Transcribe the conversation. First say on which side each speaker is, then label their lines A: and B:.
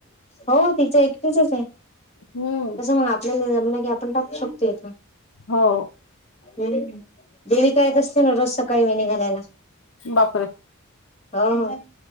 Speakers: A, on the left; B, on the left.
A: हो तिच एकटीचच ये.
B: हम्म.
A: मग आपल्याला जमलं की आपण टाकू शकतो इथ.
B: हो
A: हम देवीका येत असते ना रोज सकाळी वेणी घालायला.
B: बापरे!
A: हो हो.